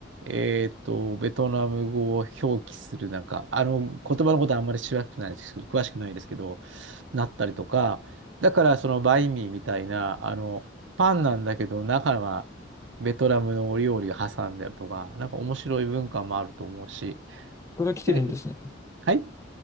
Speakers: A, on the right; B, on the left.
A: えーっと、ベトナム語を表記する、なんか、あの、言葉のことはあんまり詳しくないですけど、詳しくないですけど、なったりとか、だからそのバインミーみたいな、あの、パンなんだけど中はベトナムのお料理を挟んであるとか、なんか面白い文化もあると思うし。
B: ここから来てるんですね。
A: で、はい。